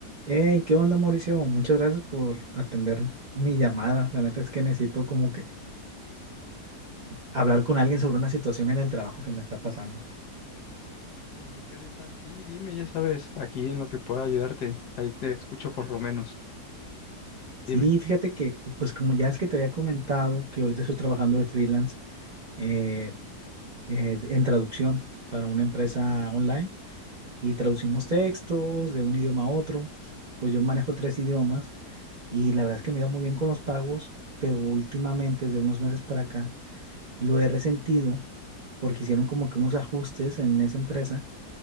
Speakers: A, on the right; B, on the left.
A: Hey, ¿qué onda, Mauricio? Muchas gracias por atender mi llamada. La neta es que necesito como que hablar con alguien sobre una situación en el trabajo que me está pasando.
B: Hey, ¿qué onda, Isaac? Sí, dime, ya sabes, aquí en lo que pueda ayudarte. Ahí te escucho por lo menos.
A: Sí,
B: Dime.
A: fíjate que, pues como ya es que te había comentado que ahorita estoy trabajando de freelance eh, eh, de- en traducción para una empresa
B: Mm.
A: online y traducimos textos de un idioma a otro. Pues yo manejo tres idiomas y la verdad es que me iba muy bien con los pagos, pero últimamente, desde unos meses para acá, lo he resentido porque hicieron como que unos ajustes en esa empresa